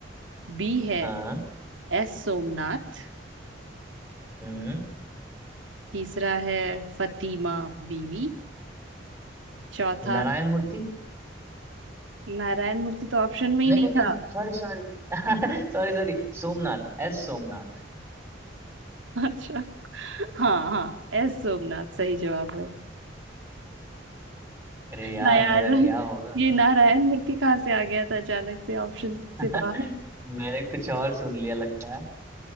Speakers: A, on the right (about 85°); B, on the right (about 15°).
A: बी है
B: हाँ
A: एस सोमनाथ
B: हम्म
A: तीसरा है फतिमा बीवी चौथा
B: नारायण मूर्ति
A: नारायण मूर्ति तो ऑप्शन में ही
B: नहीं
A: नहीं
B: नहीं
A: था
B: नहीं sorry sorry <laughs> Sorry sorry Somnath S Somnath
A: <laughs> अच्छा हाँ हाँ एस सोमनाथ सही जवाब है
B: अरे यार
A: ना यार
B: मेरा क्या होगा
A: ये नारायण मूर्ति कहाँ से आ गया था अचानक से ऑप्शन
B: <laughs>
A: से बाहर
B: मैंने कुछ और सुन लिया लगता है